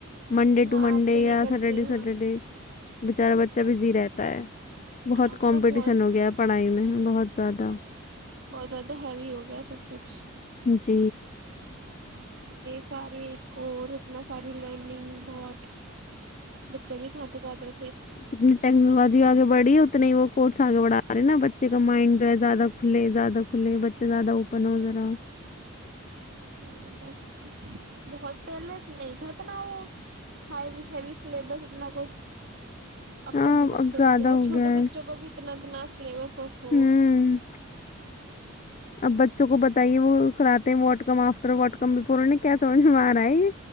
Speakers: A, on the left; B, on the right.
A: منڈے
B: ہاں
A: ٹ منڈے
B: آپ تو
A: یا
B: یہ کرتے
A: سٹرڈے ٹو
B: ہیں
A: سٹرڈے
B: ہاں
A: بچارے ب چبزی رہتا ہے بہت
B: اب
A: کمپٹیشن
B: تو بہت
A: ہو گیا پڑھائی میں بہت زیادہ
B: بہت زیادہ ہیوی ہو گیا سب کچھ
A: ت
B: سارے اور اتنا ساری لرننگ بہت بچا بھی کاد کرتا
A: اتنی ٹیکنالوجی آگے بڑھیی ات نہیں وہ کورٹس آگے بڑھا رہے ہیں نا بچے کا مائنڈ جو ہے زیادہ کھلے زیادہ کھلے بچے زیادہ اوپن ہو جا رہا
B: ہ بس بہت پہلے نہیں تھا اتنا وہ ہائی ہیوی سلیبس اتنا کچھ اب
A: ہاں
B: تو بہت کرتی
A: زیادہ
B: ہے
A: ہو
B: چھوٹے
A: گیا
B: بچوں کو بھی اتنا اتنا سلیبس آف
A: ہوں اب بچوں کو بتائیے وہ کراتے ہیں what come after what come before انہیں کیا سمجھ میں آ رہا ہے